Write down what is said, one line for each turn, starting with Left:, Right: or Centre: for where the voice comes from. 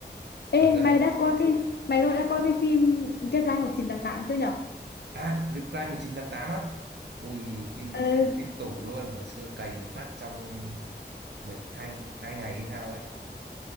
Right: Mày
Left: Ê,
Right: coi
Left: mày đã coi cái, mày đã coi cái phim Deadline 1988 chưa
Right: à Reply 1988 á. Ui phim
Left: nhở?
Right: phim tủ luôn hồi xưa cày một phát trong mấy hai hai ngày hay sao ấy.